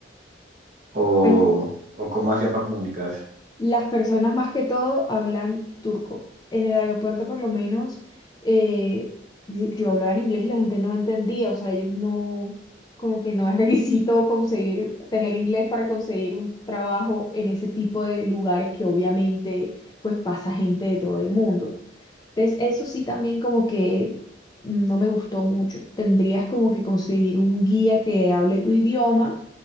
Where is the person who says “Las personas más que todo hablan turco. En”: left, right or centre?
Left